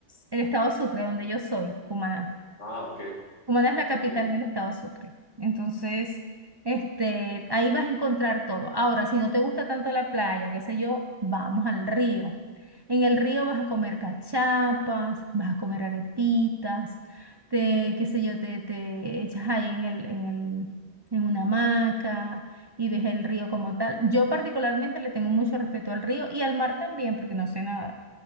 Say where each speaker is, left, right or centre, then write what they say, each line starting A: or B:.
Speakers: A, on the right (about 30°); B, on the left (about 80°).
A: el estado Sucre, donde yo soy, Cumaná.
B: Ah, ok,
A: Cumaná es la capital
B: ok.
A: del estado Sucre. Entonces, este, ahí vas a encontrar todo. Ahora, si no te gusta tanto la playa, qué sé yo, vamos al río. En el río vas a comer cachapas, vas a comer arepitas, te, qué sé yo, te, te echas ahí en el, en el, en una hamaca y ves el río como
B: Ujú.
A: tal. Yo particularmente le tengo mucho respeto al río y al mar también, porque no sé nada,